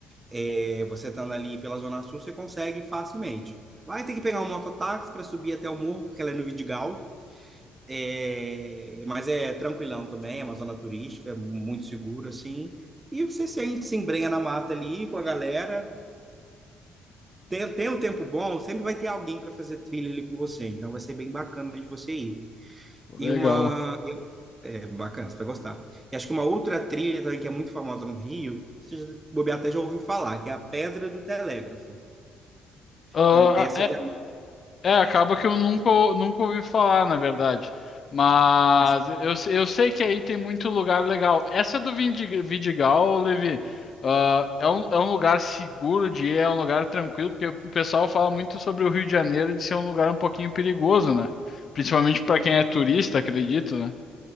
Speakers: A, on the right; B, on the left.
A: É, você estando ali pela Zona Sul, você consegue facilmente. Vai ter que pegar um mototáxi para subir até o morro, porque ela é no Vidigal. É, mas é tranquilão também, é uma zona turística, muito seguro, assim. E você se, se embrenha na mata ali com a galera. Tem, tem um tempo bom, sempre vai ter alguém para fazer trilha ali com você. Então vai ser bem bacana de você ir. E
B: legal.
A: uma. eu- é bacana, você vai gostar. E acho que uma outra trilha também que é muito famosa no Rio, você já, bobear até já ouviu falar, que é a Pedra do Telégrafo.
B: Ah,
A: É, essa já.
B: É, acaba que eu nunca, nunca ouvi falar, na verdade. Mas
A: Mas,
B: eu, se- eu sei que aí tem muito lugar legal. Essa do Vindig- Vidigal, Levi, ah, é um, é um lugar seguro de ir, é um lugar tranquilo, porque o pessoal fala muito sobre o Rio de Janeiro de ser um lugar um pouquinho perigoso, né? Principalmente para quem é turista, acredito, né?